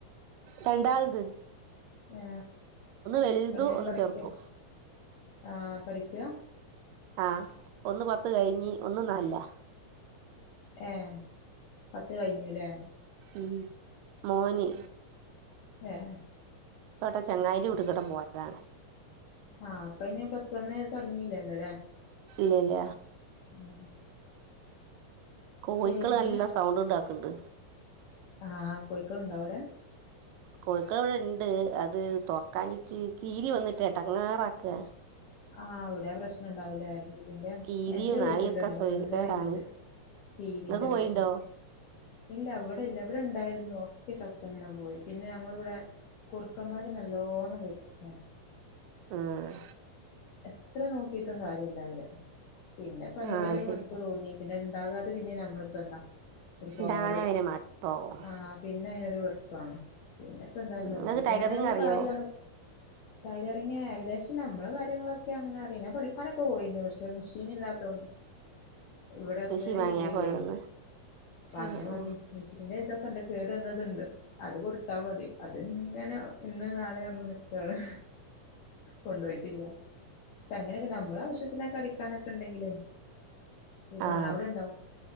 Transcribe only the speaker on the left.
ആ
എങ്ങനെ
പഠിക്ക
ആ പഠിക്കാ?
ഏ പത്ത് കയിഞ്ഞൂല്ലേ
ഏഹ്
ആഹ് അപ്പ അ ഇന് പ്ലസ് വൺ തുടങ്ങിയില്ലല്ലോ അല്ലേ
ഉം
പിന്നെ
ആ കോഴക്കൾ ഉണ്ടോ അവിടെ
ആഹ് അവിടെയാ പ്രശ്നം ഉണ്ടാവൂല്ലേ തിറെ
എന്റെ
വീട്ടിലുണ്ട്
നല്ല രീതിയില് കീരിന്റെ
പ്രശ്നം
ഇല്ല അവിടെ ഇല്ല എവിടെ ഉണ്ടായിരുന്നു ഒക്കെ ചത്ത് ഇങ്ങനെ പോയി പിന്നെ ഞങ്ങിവിടെ കുർക്കന്മാര് നല്ലോണം വരുന്ന സ്ഥാനം
എത്ര നോക്കിട്ടും കാര്യമില്ല അവര് പിന്നെപ്പോയ്.
ഒരൂ മടൊരു
മടുപ്പ് തോന്നി പിന്നെ ഉണ്ടാകാതെ പിന്നെ നമ്മളിപ്പോ എന്താ ഒരുപാട്
ആ പിന്നെ അതിനൊരു വെറപ്പാണ് പിന്നെ ഇപ്പോ എന്തായാലും
നോക്കിട്ട്ഉണ്ടായ
കാര്യമാണ് ടൈലറിങ് ഏകദേശം ഞാൻ നമ്മ കാര്യങ്ങളൊക്കെ അങ്ങനെ അറെ പഠിക്കാനൊക്കെ പോയി പക്ഷ മെഷീൻ ഇല്ലാത്തതൊണ്ട് ഇവിടെ ഹസ്ബൻറിന്
വിട്ടിലില്ല
ഇന് അ വങ്ങിയ
മതി
മെഷീന്റെ ഇതൊക്കെ ഇണ്ട് കേട്ന്നതുണ്ട് അത് കൊടുത്താ മതി അത് ഇങ്ങനെ ഇന്ന് നാളെ പറഞ്ഞു നിൽക്കയാണ് കൊണ്ടു പോയിട്ടില്ല പക്ഷെ അങ്ങനെയൊക്കെ നമ്മള ആവശ്യത്തിനൊക്കെ അടിക്കാനൊക്കെ ഉണ്ടെങ്കിലേ സുഖാണ്
അവിടെണ്ടോ